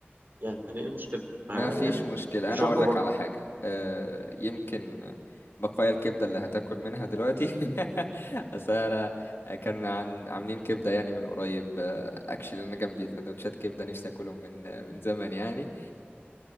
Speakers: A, on the right (about 55°); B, on the left (about 75°).
A: يعني ايه المشكلة آه،
B: ما فيش
A: يعني
B: مشكلة
A: شوربة
B: أنا أقول لك
A: برضه
B: على حاجة آه، يمكن بقايا الكبدة اللي هتاكل منها دلوقتي <laughs> أصل أنا كان عن عاملين كبدة يعني من قريب أكشلي أنا جنبي سندوتشات كبدة نفسي أكلهم من آه، من زمن يعني